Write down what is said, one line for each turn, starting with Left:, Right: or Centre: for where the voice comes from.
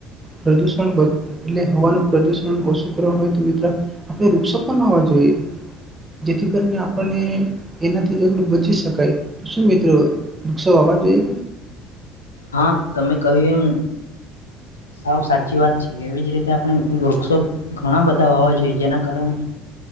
Right: પ્રદુષણ એટલે હવાનું પ્રદુષણ ઓછું કરવા હોય તો મિત્ર આપણે વૃક્ષો પણ હોવા જોઈએ જેથી કરીને આપણને એનાથી થોડું બચી શકાય શું મિત્રો વૃક્ષો વાવા થી
Left: હા તમે કહ્યું એમ સાવ સાચી વાત છે એવી જ રીતે આપણે વૃક્ષો ઘણા બધા વાવા જોઈએ જેના કારણે